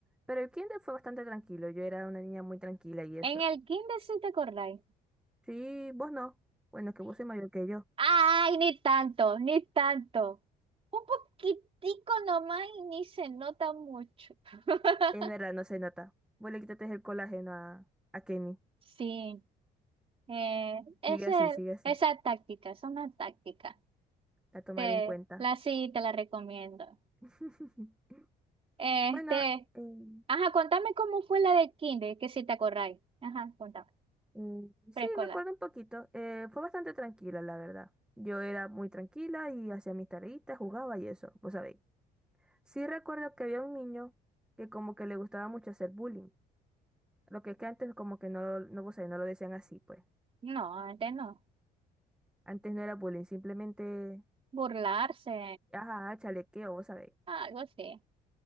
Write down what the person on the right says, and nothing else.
En el kinder si te acordáis.
Ay, ni tanto, ni tanto. Un poquitico nomás y ni se nota mucho. <laughs>
Sí, eh, esa,
esa táctica, es una táctica.
Te,
la sí, te la recomiendo.
Este,
ajá, contame cómo fue la de kinder, que si te acordáis. Ajá, contame.
Preescolar.
No, antes no.
Burlarse,
algo así.